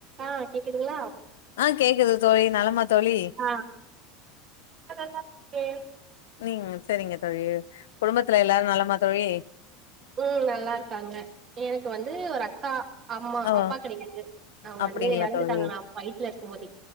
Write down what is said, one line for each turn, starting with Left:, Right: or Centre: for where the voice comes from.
Right: ஆ கேக்குதுங்களா
Left: ஆ கேக்குது தோழி நலமா தோழி
Right: ஆ நா நலல தா இருக்கே
Left: சரிங்க மேம் சரிங்க தோழி குடும்பத்துல எல்லாரூ நலமா தோழி
Right: ம் நல்லா இருக்காங்க எனக்கு வந்து ஒரு அக்கா அம்மா
Left: ஓ
Right: அப்பா கிடையாது அவங்க
Left: அப்டிங்களா
Right: வந்து எறந்துட்டாங்க
Left: தோழி
Right: நான்‌ ஃபை ஃபித்துல இருக்கும்போது